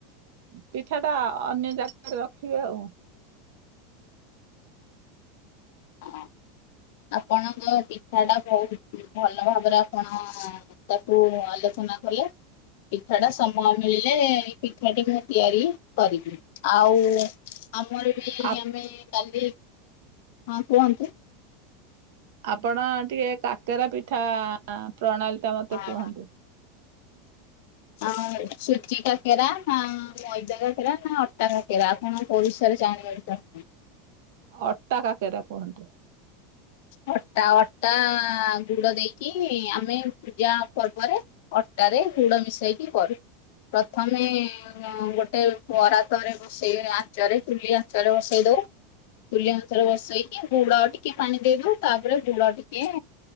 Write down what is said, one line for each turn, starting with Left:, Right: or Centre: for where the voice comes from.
Right: ପିଠାଟା ଅନ୍ୟ ଜାଗାରେ ରଖିବେ ଆଉ।
Left: ହଁ ଆପଣଙ୍କ ପିଠା ଟା ବହୁତ ଭଲ ଭାବରେ ଆପଣ ପିଠାକୁୁ ଆଲୋଚନା କଲେ। ପିଠାଟା ସମୟ ମିଳିଲେ ଏଇ ପିଠାଟି ମୁଁ ତିଆରି କରିବି ଆଉ ଆମର ବି
Right: ଆ
Left: ଆମେ କାଲି ହଁ କୁହନ୍ତୁ?
Right: ଆପଣ ଟିକେ କାକେରା ପିଠା ପ୍ରଣାଳୀଟା ମତେ
Left: ହଁ
Right: କୁହନ୍ତୁ?
Left: ଆ ସୁଜି କାକେରା ନା ମଇଦା କାକେରା ନା ଅଟା କାକେରା? କଣ କୋଉ ବିଷୟରେ ଜାଣିବାକୁ ଚାହୁଁଛନ୍ତି?
Right: ଅଟା କାକେରା କୁହନ୍ତୁ?
Left: ଅଟା ଅଟା ଗୁଡ ଦେଇକି ଆମେ ପୂଜା ପର୍ବରେ ଅଟାରେ ଗୁଡ ମିଶେଇକି କରୁ ପ୍ରଥମେ ଗୋଟେ ପରାତରେ ବସେଇ ଆଞ୍ଚରେ ଚୁଲି ଆଞ୍ଚରେ ବସେଇ ଦଉ। ଚୁଲି ଆଞ୍ଚରେ ବସେଇକି ଗୁଡ ଟିକେ ପାଣି ଦେଇଦଉ ତାପରେ ଗୁଡ ଟିକେ